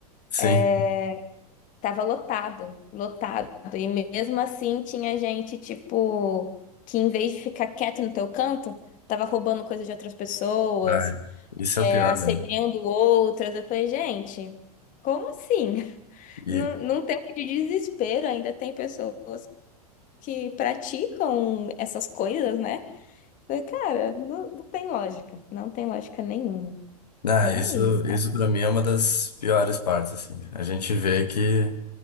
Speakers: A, on the left (about 85°); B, on the left (about 40°).
A: sim.
B: é, Tava lotado, lotado. E mesmo assim tinha gente, tipo, que em vez de ficar quieto no teu canto, tava roubando coisa de outras pessoas,
A: Ah, isso é
B: é,
A: o pior,
B: assediando
A: né?
B: outras. Eu falei, gente, como assim? <laughs>
A: E,
B: Num, num tempo de desespero ainda tem pessoas que praticam essas coisas, né? Eu falei, cara, não, não tem lógica, não tem lógica nenhuma.
A: ah,
B: Mas,
A: isso, isso
B: ah,
A: para mim é uma das piores partes, assim. A gente vê que